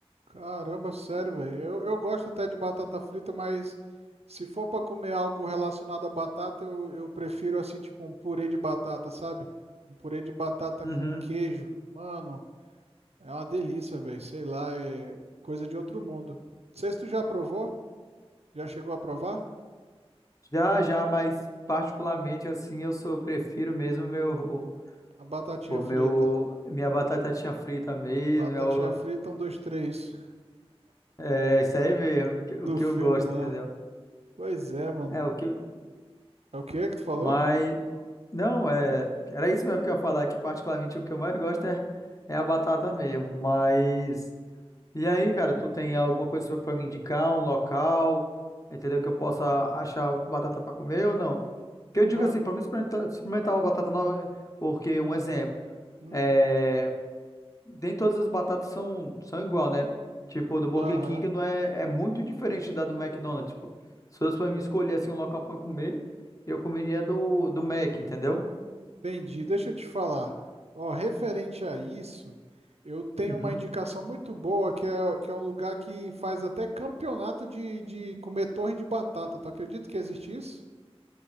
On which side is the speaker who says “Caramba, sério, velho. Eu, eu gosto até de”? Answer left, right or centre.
Right